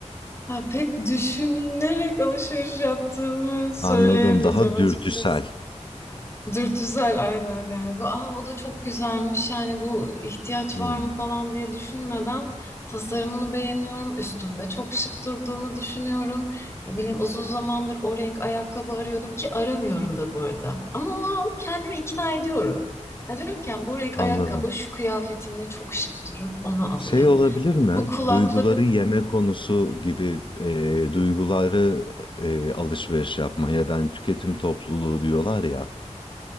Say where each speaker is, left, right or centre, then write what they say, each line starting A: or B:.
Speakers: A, on the left; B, on the left.
A: Ha, pek düşünerek alışveriş yaptığımı söyleyemeyeceğim
B: Anladım, daha
A: açıkçası.
B: dürtüsel.
A: Dürtüsel aynen yani. Aa, o da çok güzelmiş yani bu ihtiyaç
B: Hmm,
A: var mı falan diye düşünmeden tasarımını beğeniyorum. Üstümde çok şık durduğunu düşünüyorum. Ne bileyim uzun zamandır o renk ayakkabı arıyordum ki aramıyorum da bu arada. Ama o an kendimi ikna ediyorum. Ya diyorum ki yani bu renk
B: anladım.
A: ayakkabı şu kıyafetimle çok şık durur onu alayım.
B: Şey olabilir mi?
A: Bu kulaklık
B: Duyguları yeme konusu gibi e, duyguları e, alışveriş yapma ya da hani tüketim topluluğu diyorlar ya.